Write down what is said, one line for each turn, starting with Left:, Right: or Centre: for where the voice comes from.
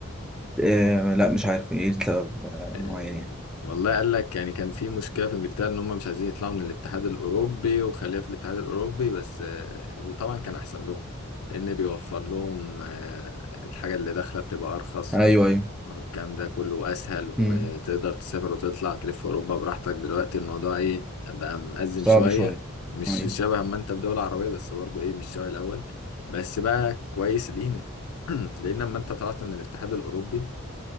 Centre: آه لا مش عارف ايه لسبب آه،
Left: آه،
Centre: معين
Left: والله قال لك يعني كان في مشكلة في إنجلترا إن هم مش عايزين يطلعوا من الاتحاد الأوروبي وخليها في الاتحاد الأوروبي بس آه، وطبعا كان أحسن لهم لأن بيوفر لهم آه، الحاجة اللي داخلة بتبقى أرخص
Centre: يعني ايوه ايوه
Left: الكلام ده كله اسهل
Centre: مم.
Left: وتقدر تسافر وتطلع تلف في اوروبا براحتك دلوقتي الموضوع ايه بقى مأزم
Centre: صعب
Left: شويه
Centre: شوية
Left: مش
Centre: ايوه
Left: شبه ما انت في دوله عربيه بس برضو ايه مش شبه الاول بس بقى كويس لينا <clears throat> لان لما انت طلعت من الاتحاد الاوروبي